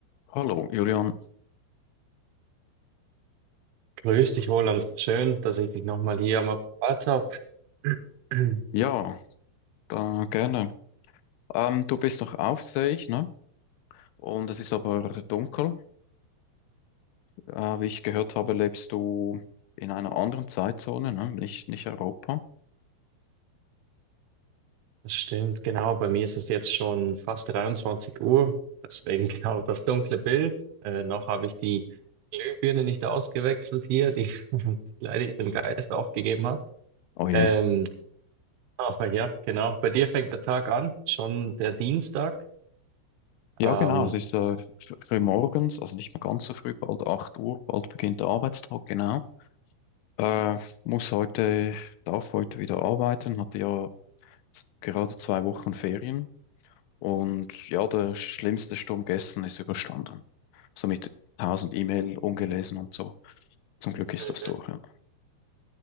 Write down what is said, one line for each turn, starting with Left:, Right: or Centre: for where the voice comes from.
Left: Hallo, Julian.
Right: Grüß dich, Roland. Schön, dass ich dich nochmal hier am Apparat habe. <clears throat>
Left: Ja, da, gerne. Ähm, du bist noch auf, sehe ich, ne? Und es ist aber dunkel. Äh, wie ich gehört habe, lebst du in einer anderen Zeitzone, ne? Nicht, nicht Europa.
Right: Das stimmt, genau. Bei mir ist es jetzt schon fast 23 Uhr, deswegen <laughs> genau das dunkle Bild. Äh, noch habe ich die Glühbirne nicht ausgewechselt hier, die, <laughs> die leider ihren Geist aufgegeben hat.
Left: Oh je.
Right: Ähm, aber ja, genau. Bei dir fängt der Tag an, schon der Dienstag.
Left: Ja,
Right: Ähm,
Left: genau. Es ist äh, fr- früh morgens, also nicht mehr ganz so früh, bald 8 Uhr, bald beginnt der Arbeitstag, genau. Äh, muss heute, darf heute wieder arbeiten, hatte ja jetzt gerade zwei Wochen Ferien Und ja, der schlimmste Sturm gestern ist überstanden. So mit 1000 E-Mail ungelesen und so. Zum Glück ist
Right: Mhm.
Left: das durch, ja.